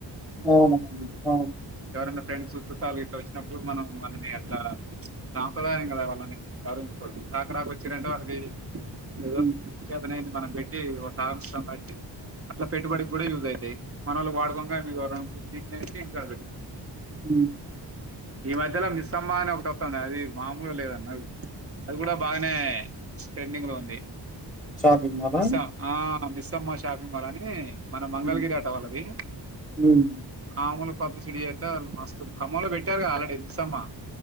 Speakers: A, in the centre; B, on the right (about 35°).
A: అవును అవు
B: ఎవరనా ఫ్రెండ్స్ చుట్టాలు ఇట్లా వచ్చినప్పుడు మనం వాళ్ళని అట్లా సాంప్రదాయం కదా వాళ్ళని గౌవించుకవడదు కాకడాక వచ్చిరంటే వాళ్ది అ
A: హ్మ్.
B: చేదన మనం పెట్టి ఒక సంవత్సరం బట్టి అట్లా పెట్టుబడికి కూడా యూజ్ అవుతాయి మనలు వాడుకుండా మీవరలు ఇనే ఇంకాబ
A: అ
B: ఈ మధ్యలో మిస్ అమ్మ అని ఒకటోతంది అది మామూలు లేదన్న అది కూడా బాగానే ట్రెండింగ్ లో ఉంది
A: షాపింగ్ మల్
B: మిస్స ఆ మిస్సమ్మ షాపింగ్ మాల్ అని మన మంగళగిరి
A: హ్మ్.
B: అట్ట వాళ్ళది
A: హ్మ్.
B: మామూలు పబ్లిసిటీ అంటా మస్తు ఖమ్మంలో పెట్టారు కదా ఆల్రెడీ మస్అమ్మా